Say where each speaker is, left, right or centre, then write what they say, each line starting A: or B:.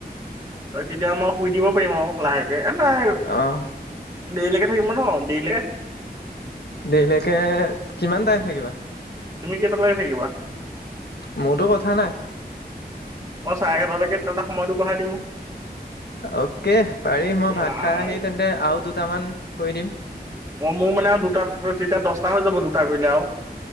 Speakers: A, on the right (about 20°); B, on the left (about 75°).
A: ত তেতিয়া মই শুই দিব পাৰিম আও লাহেকে। এ নাই
B: অঁ।
A: দেৰিলেকে থাকিম ন দেইলে
B: দেৰিলেকে কিমান টাইম থাকিবা?
A: তুমি কেইটালৈকে থাকিবা?
B: মোৰতো কথা নাই।
A: মই চাৰে এঘাৰটালৈকে তটা সময়তো বঢ়াই দিওঁ।
B: অকে পাৰি
A: অ,
B: মই
A: এই
B: ভাত
A: আ-
B: খাই আহি তেন্তে আৰু দুটামান কৰি দিম।
A: অ মোৰ মানে আৰু দুটাত তেতিয়া দহটা হৈ যাব দুটা কৰিলে আও।